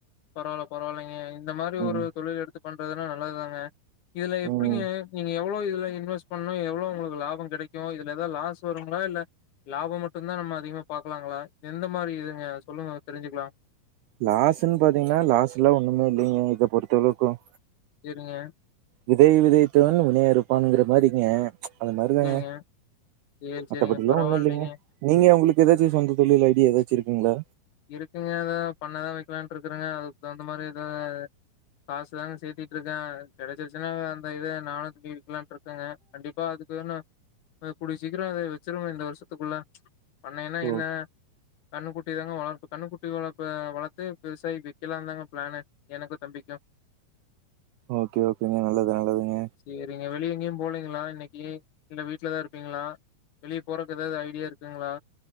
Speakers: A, on the left; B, on the right.
A: பரவால்ல பரவால்லங்க இந்த மாரி
B: ம்.
A: ஒரு தொழில எடுத்து பண்றதுன்னா நல்லதுதாங்க இதுல எப்டிங்க
B: ம்.
A: நீங்க எவ்ளோ இதுல இன்வெஸ்ட் பண்ணுனா எவ்ளோ உங்களுக்கு லாபம் கிடைக்கும் இதுல ஏதாது லாஸ் வருங்களா இல்ல லாபம் மட்டும் தான் நம்ம அதிகமா பாக்கலாங்களா எந்த மாதிரி இதுங்க சொல்லுங்க தெரிஞ்சுக்கலாம்
B: லாஸ்ன்னு பாத்தீங்கன்னா லாஸ் எல்லா ஒண்ணுமே இல்லிங்க இத பொறுத்த வரைக்கும்
A: செரிங்க
B: விதை விதைத்தவன் வினை அறுப்பான்ங்கிற மாரிங்க அந்த மாதிரிதாங்க
A: சேரிங்க. சேரி
B: மத்தபடி
A: சேரிங்க.
B: எல்லா
A: பரவாயில்லைங்க.
B: ஒண்ணும் இல்லங்க நீங்க உங்களுக் ஏதாச்சும் சொந்த தொழில் ஐடிய எதாச்சும் இருக்குங்களா
A: இருக்குங்க பண்ணை தா வைக்கலானு இருக்குறேங்க அதுக்கு தகுந்த மாதிரி ஏதாது காசு தாங்க சேத்துட்டு இருக்கேன் கடைச்சுச்சுனா அந்த இத நானும் வைக்கலானு இருக்கேங்க கண்டிப்பா அதுக்கு ஒன்னும் கூடிய சீக்கிரம் இத வச்சிருங்க இந்த வருஷத்துக்குள்ள பண்ணைன்னா
B: ஓ.
A: என்ன கண்ணு குட்டி தாங்க வளர்க கண்ணுக்குட்டி வளர்ப்ப வளர்த்து பெருசாக்கி விக்கலா தாங்க பிளானு எனக்கும் தம்பிக்கும்
B: ஓகே ஓகேங்க நல்லது நல்லதுங்க
A: சேரிங்க. வெளிய எங்கேயும் போலீங்களா இன்னைக்கு இல்ல வீட்லதான் இருப்பீங்களா வெளிய போறக்கு எதாவது ஐடியா இருக்குங்களா